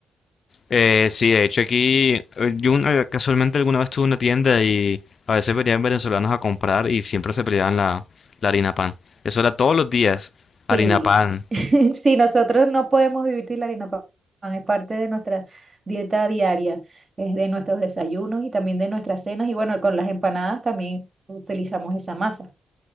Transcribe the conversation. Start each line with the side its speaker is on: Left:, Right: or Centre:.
Left: Eh, sí, de hecho aquí eh, yo una- casualmente alguna vez tuve una tienda y a veces venían venezolanos a comprar y siempre se peleaban la, la harina pan. Eso era todos los días, harina
Right: Sí.
Left: pan.
Right: <laughs> Sí, nosotros no podemos divertir la harina pa- pan, es parte de nuestra dieta diaria, es de nuestros desayunos y también de nuestras cenas. Y bueno, con las empanadas también utilizamos esa masa.